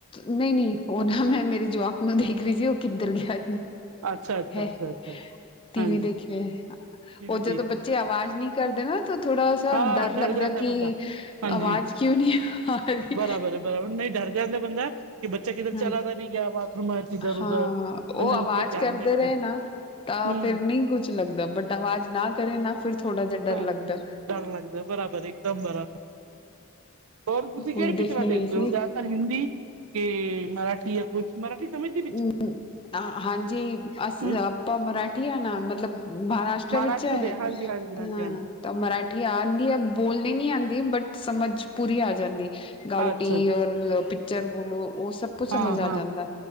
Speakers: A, on the left (about 25°); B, on the right (about 80°).
A: ਨਈ ਨੀ। ਉਹ ਨਾ ਮੈਂ ਮੇਰੇ ਜਵਾਕ ਨੂੰ ਦੇਖ ਰੀ ਸੀ ਉਹ ਕਿੱਧਰ ਗਿਆ।
B: ਅੱਛਾ ਅੱਛਾ
A: ਹੈ।
B: ਅੱਛਾ ਅੱਛਾ ਅੱਛਾ
A: ਟੀਵੀ
B: ਹਾਂਜੀ
A: ਦੇਖ ਰੇ ਐ।
B: ਇਹ
A: ਉਹ
B: ਵੀ
A: ਜਦੋ
B: ਦੇਖ
A: ਬੱਚੇ ਆਵਾਜ਼ ਨੀ ਕਰਦੇ ਨਾ ਤਾਂ ਥੋੜਾ ਸਾ
B: ਹਾਂ
A: ਡਰ ਲੱਗਦਾ
B: ਜਾਂਦਾ
A: ਕਿ
B: ਬੰਦਾ ਹਾਂਜੀ
A: ਆਵਾਜ਼ ਕਿਉਂ ਨੀ ਆ ਰਹੀ
B: ਬਰਾਬਰ- ਬਰਾਬਰ, ਨਈ ਡਰ ਜਾਂਦਾ ਬੰਦਾ। ਕਿ ਬੱਚਾ ਕਿਧਰ,
A: ਹਮ
B: ਚਲਾ ਤਾ ਨੀ ਗਿਆ। ਬਾਥਰੂਮਾ ਚ। ਇਧਰ
A: ਹਾਂ।
B: ਉਧਰ ਬੰਦੇ
A: ਉਹ
B: ਨੂੰ
A: ਅਵਾਜ਼,
B: ਥੋੜਾ ਧਿਆਨ
A: ਕਰਦੇ
B: ਦੇਣਾ
A: ਰਏ
B: ਪੈ
A: ਨਾ। ਤਾ
B: ਹੂੰ
A: ਫੇਰ, ਨਈ ਕੁਛ ਲਗਦਾ। ਬਟ ਆਵਾਜ਼ ਨਾ ਕਰੇ ਨਾ, ਫਿਰ ਥੋੜਾ ਜਿਆ ਡਰ
B: ਹਾਂ
A: ਲਗਦਾ।
B: ਡਰ ਲਗਦਾ। ਬਰਾਬਰ ਇਕਦਮ ਬਰਾਬ ਹੋਰ ਤੁਸੀਂ ਕੇੜੀ
A: ਉਹੀ
B: ਪਿਚਰਾਂ
A: ਦੇਖਣੇ
B: ਦੇਖਦੇ
A: ਗਈ ਸੀ
B: ਓ? ਔਰ ਹਿੰਦੀ? ਕੇ ਮਰਾਠੀ ਯਾ ਕੁਛ। ਮਰਾਠੀ, ਸਮਝ ਤੀ।
A: ਹੂੰ। ਆ ਹਾਂਜੀ, ਅਸੀ
B: ਹੂੰ
A: ਆਪਾਂ, ਮਰਾਠੀ ਆ ਨਾ। ਮਤਲਬ, ਮਹਾਰਾਸ਼
B: ਮਹਾਰਾਸ਼ਟਰ
A: <unintelligible>
B: ਦੇ ਹਾਂਜੀ ਹਾਂਜੀ ਹਾਂਜੀ ਹਾਂਜੀ
A: ਬੋਲਣੀ ਨੀ ਆਂਦੀ। ਬਟ ਸਮਝ, ਪੂਰੀ ਆ ਜਾਂਦੀ ਏ। ਗਾਊਟੀ
B: ਅੱਛਾ ਅੱਛਾ
A: ਔਰ ਪਿੱਚਰ ਬੋਲੋ ਉਹ ਸਭ ਕੁਛ
B: ਹਾਂ
A: ਸਮਝ ਆ
B: ਹਾਂ
A: ਜਾਂਦੇ।